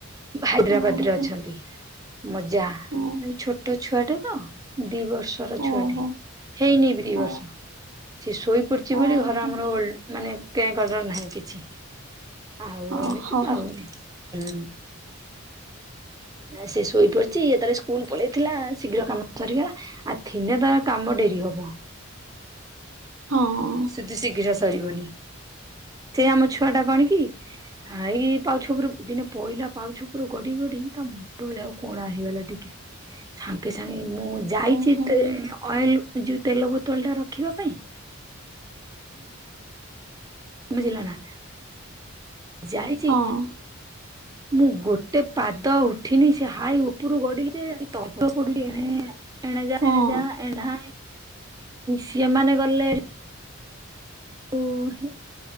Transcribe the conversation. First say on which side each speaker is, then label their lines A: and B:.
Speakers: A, on the right; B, on the right.
A: ହାଇଦ୍ରାବାଦ
B: ଓହୋ
A: ରେ ଅଛନ୍ତି। ମୋ ଜା
B: ଓ
A: ଏ ଛୋଟ ଛୁଆଟେ ତ, ଦି ବର୍ଷର ଛୁଆଟେ।
B: ଓହୋ
A: ହେଇନେଇ ଦିଇ ବର୍ଷ।
B: ଓ
A: ସେ ଶୋଇ ପଡିଛି ବୋଲି,
B: ଓହୋ
A: ଘର ଆମର ମାନେ କେର ନାହିଁ କିଛି। ଆଉ
B: ହ
A: ଏମିତି
B: ହ ହଁ
A: ଆଉ, ହଁ ସେ ଶୋଇପଡିଛି, ଇଏ ତାର ସ୍କୁଲ ପଳେଇଥିଲା ଶୀଘ୍ର କାମ ସରିଗ ଆ ଥିନେ ତାର କାମ ଡେରି ହବ।
B: ହଁ ଅଁ
A: କିନ୍ତୁ ଶୀଘ୍ର ସରିବନି, ସେ ଆମ ଛୁଆ ଟା କଣ କି? ହଁ ଏଇ ପାଉ ଛପରୁ ଦିନେ ପହିଲା ପାଉ ଛପରୁ ଗଡି ଗଡିି ତା ମୁଁ କହିଲି, ଆଉ କଣ ହେଇଗଲା ଟିକେ?
B: <inaudible>
A: ସାଙ୍ଗେ ସାଙ୍ଗେ ମୁଁ ଯାଇଛି
B: ହଁ
A: ଅଏଲ ଯୋଉ ତେଲ ବୋତଳ ଟା ରଖିବା ପାଇଁ ବୁଝିଲ ନା। ଯାଇଛି।
B: ହଁ
A: ମୁଁ ଗୋଟେ ପାଦ ଉଠିନି, ସେ ହାଇ ଉପରୁ ଗଡି ତଟ ପଡୁଛି ଏଣେଜା
B: ହଁ
A: ସେଣେଜା ଏଢା ସିଅ ମାନେ ଗଲେ। ଯୋଉ